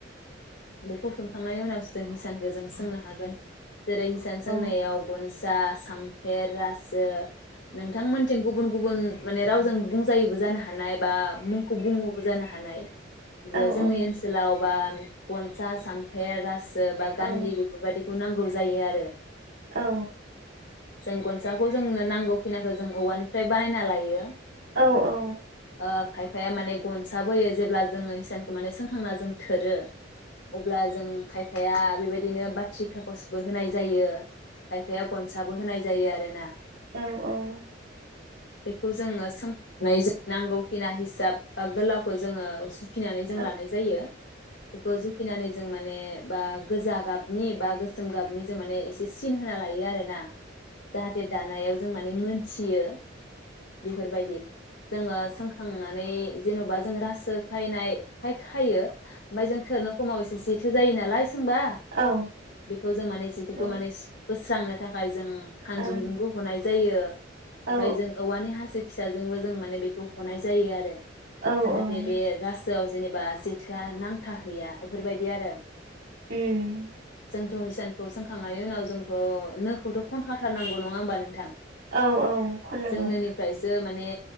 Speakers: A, on the left; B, on the right.
A: बेखौ सोंखांनायनि उनावसो जों हिसानखौ जों सोंनो हागोन। जेरै हिसान सोंनायाव
B: औ
A: जा साम फेर रासो नोंथांमोनथिं गुबुन गुबुन माने रावजों बुंजायोबो जानो हानाय बा मुंखौ बुङोबो जानो हानाय जे
B: औ
A: जोंनि
B: औ
A: ओनसोलाव बा गनसा सामफेर रासो बा
B: औ
A: गान्दै
B: औ औ
A: बेफोरबायदि नांगौ जायो आरो।
B: औ
A: जों गनसाखौ जोंनो नांगौ खिनिखौ जों औवानिफ्राय बानायना लायो।
B: औ औ
A: ओ खायफाया माने गनसाबोयो। जेब्ला जोङो हिसानखौ माने सोंखांना जों थोरो अब्ला जों खायफाया बेबायदिनो बाथ्रि खागसबो होनाय जायो। खायफाया गनसाबो होनाय जायो आरोना
B: उम उम
A: बेखौ जोङो सों नाय नांगौखिना हिसाब बा गोलावखौ जोङो जुखिनानै
B: औ
A: जों लानाय जायो। बेखौ जुखिनानै जों मा ने बा गोजा गाबनि बा गोसोम गाबनि जों माने एसे थिन होना लायो आरोना जाहाथे दानायाव जोंना माने मोनथियो। बेफोरबायदि जोङो सोंखांनानै जेनबा जों रासो खायनाय खाय खायो। ओमफ्राय जों थोरनो समाव एसे जि थो जायो नालाय। सोंबा
B: औ
A: बेखौ जों माने जिथोखौ
B: औ
A: माने बोस्रांनो थाखाय जों खानजुंजोंबो
B: ओं
A: हनाय जायो। ओमफ्राय
B: औ
A: जों औवानि हासिब फिसाजोंबो जों माने बेखौ हनाय जायो आरो।
B: औ
A: जाहाथे
B: औ
A: बे रा सुआव जेनेबा जेथोआ नांथाहैया बेफोरबायदि आरो
B: उम
A: जों जोंथ' हिसानखौ सोंखांनायनि उनाव जों थ' नोखौथ' खनखा थारनांगौ नङा होमबा नोंथां?
B: औ औ खननांगौ
A: जोंनोनिफ्रायसो माने